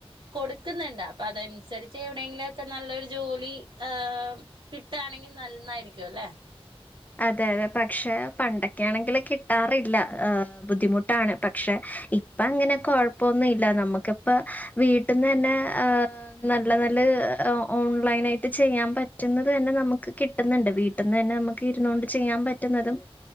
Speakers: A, on the right (about 55°); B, on the left (about 15°).
A: കൊടുക്കുന്ന്ണ്ട് അപ്പൊ അത അനുസരിച്ച് എവിടെയെങ്കിലും ഒക്കെ നല്ലൊരു ജോലി ങ് കിട്ടാണെങ്കിൽ നന്നായിരിക്കും ല്ലേ
B: അതെ അതെ പക്ഷെ പണ്ടൊക്കെയാണെങ്കിൽ കിട്ടാറില്ല ബുദ്ധിമുട്ടാണ് പക്ഷെ ഇ പ്പ അങ്ങനെ കൊഴപ്പൊന്നും ഇല്ല നമ്മുക്കിപ്പ വീട്ടിൽന്നന്നെ നല്ല നല്ല ഓൺലൈൻ ആയിട്ട് ചെയ്യാൻ പറ്റുന്നത് തന്നെ നമുക്ക് കിട്ടുന്നുണ്ട് വീട്ടിൽന്ന് തന്നെ നമു ഇരുന്ന് കൊണ്ട് ചെയ്യാൻ പറ്റുന്നതും